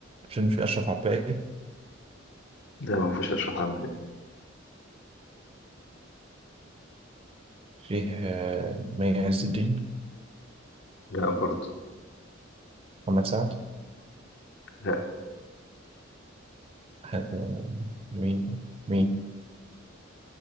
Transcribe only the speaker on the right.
الفيلم فيه أشرف عباقي
فيه آه، مي عز الدين
محمد سعد
ه- آه، مين مين